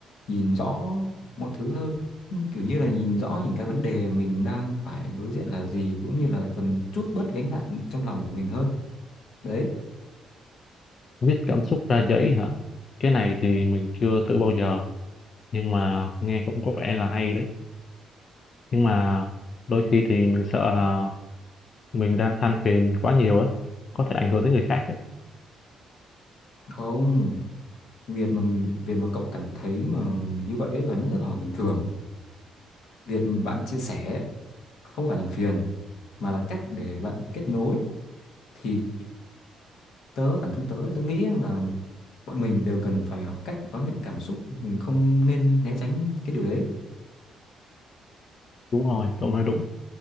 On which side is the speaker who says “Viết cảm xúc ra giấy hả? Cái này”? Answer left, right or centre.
Left